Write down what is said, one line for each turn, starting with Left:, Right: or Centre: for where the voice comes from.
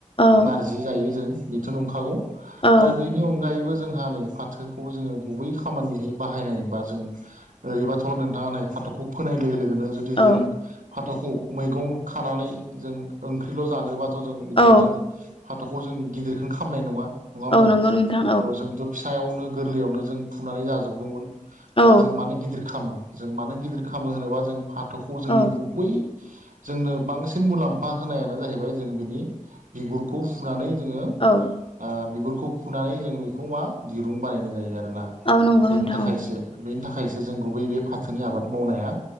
Left: औ
Right: नारजि जायो जों बेथ' नंखागौ।
Left: औ
Right: आरो बेनि अनगायैबो जोंहा नै फाथोखौ जोङो गुबै खामानियै बाहायनाय बा जों ओरैबाथ' नोंथाङा नाय फाथ'खौ फोनायनाय लोगो लोगोनो। जों
Left: औ
Right: फाथौखौ मैं खानानै जों ओंख्रिल' जानोबा ाथ' जों बिदिबा
Left: औ
Right: जों फाथ'खौ जों गिदिरखौनो खालामनाय नङा नङा होमबा
Left: औ नंगौ नोंथां
Right: औ जों ज फिसायावनो गोरलैयावनो जों फुनानै जाजोबगौमोन
Left: औ
Right: दा जों मानो गिदिर खालामो। जों मानो गिदिर खामो होनोबा जों फाथौखौ जोंनि
Left: औ
Right: गुबै जोंनो बांसिन मुलाम्फा होनायानो जाहैबाय जों बिनि बिगुरखौ फुनानै जोङो
Left: औ।
Right: बिगुरखौ खुनानै जों बेखौ मा दिरुं बानायनाय जायो आरोना,
Left: औ नंगौ
Right: बेनि
Left: नोंथां
Right: थाखायसो बेनि थाखायसो जों गुबै बे फाथोनि आबाद मावनाया,